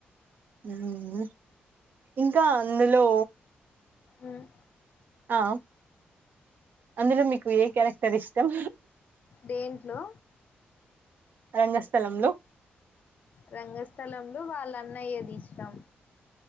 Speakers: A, on the right; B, on the left.
A: ఉహుమ్ ఇంకా అందులో
B: ఉమ్
A: ఔ అందులో మీకు ఏ క్యారక్టర్ ఇష్టం
B: దేంట్లో
A: రంగస్థలంలో
B: రంగస్థలంలో వాళ్ళ అన్నయది ఇష్టం